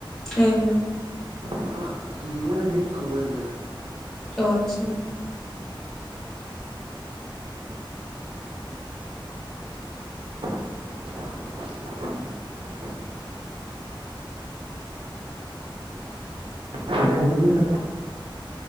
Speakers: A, in the centre; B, on the right (about 90°).
A: ᱦᱮᱸ ᱦᱮᱸ,
B: <unintelligible>
A: ᱚ ᱟᱪᱪᱷᱟ,
B: <inaudible> <inaudible> ᱦᱤᱡᱩᱜ ᱵᱤᱱ ᱛᱟᱦᱚᱞᱮ